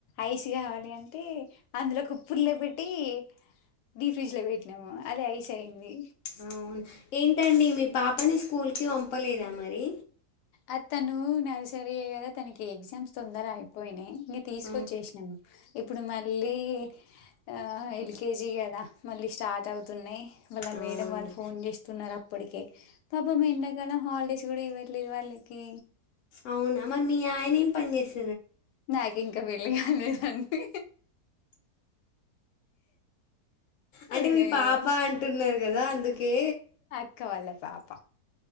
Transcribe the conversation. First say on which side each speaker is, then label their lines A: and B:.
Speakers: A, on the left; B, on the left.
A: ఐస్ కావాలి అంటే అందులో కు పుల్ల పెట్టి డీప్ ఫ్రిడ్జ్లో పెట్టినాము అదే ఐస్ అయింది
B: అవును ఏంటండి మీ పాపని స్కూల్ కి పంపలేదా మరి
A: ఆ తను నర్సరీయే కదా తనకి ఎగ్జామ్స్ తొందర అయిపోయినాయి ఇంక తీసుకొచ్చేసినాము
B: ఆ.
A: ఇప్పుడు మళ్ళీ ఆ ఎల్కేజీ కదా మళ్ళీ స్టార్ట్ అవుతున్నాయి వాళ్ళ
B: అవునా
A: మేడం వాళ్ళు ఫోన్ చేస్తున్నారు అ ప్పటికే పాపం ఎండకి మళ్ళ హాలిడేస్ కూడా ఇవ్వట్లేదు వాళ్ళకి
B: అవును అరి మీయా ఆయనే ఏం పని చెస్
A: నాకు ఇంకా పెళ్లి కాలేదండి
B: అంటే
A: అయ్యయ్యో
B: మీ పాప అంటున్నారు కదా అందుకే
A: క్కవళ్ళ పాప